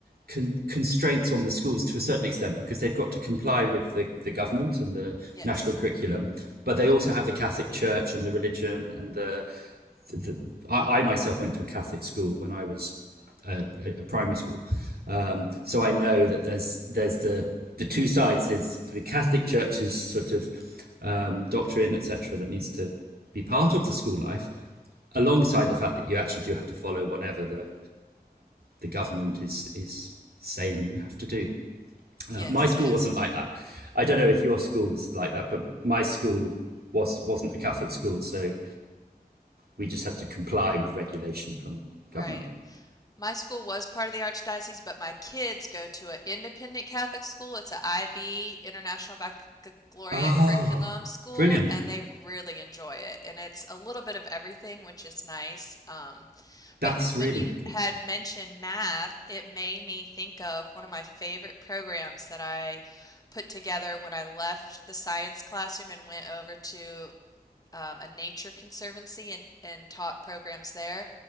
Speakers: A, on the right; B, on the left.
A: con- constraints on the schools to a certain extent because they've got to comply with the, the government and the
B: Yes.
A: national curriculum, but they also
B: Okay.
A: have the Catholic Church and the religion and the the, I, I myself went to a Catholic school when I was uh, a, a primary school, um, so I know that there's there's the the two sides. There's the Catholic Church's
B: hmm
A: sort of um, doctrine, etc., that needs to be part of the school life, alongside the fact that you actually do have to follow whatever the the government is is saying you have to do.
B: Yes,
A: Uh, my school
B: yes.
A: wasn't like that. I don't know if your school was like that, but my school was wasn't a Catholic school, so we just had to comply with regulation from government.
B: Right. My school was part of the archdiocese, but my kids go to an independent Catholic school. It's an IB, International Baccalaureate
A: Oh,
B: Curriculum school,
A: brilliant.
B: and they really enjoy it. And it's a little bit of everything, which is nice. Um,
A: That's
B: but y- when
A: really
B: you
A: good.
B: had mentioned math, it made me think of one of my favorite programs that I put together when I left the science classroom and went over to um, a nature conservancy and, and taught programs there.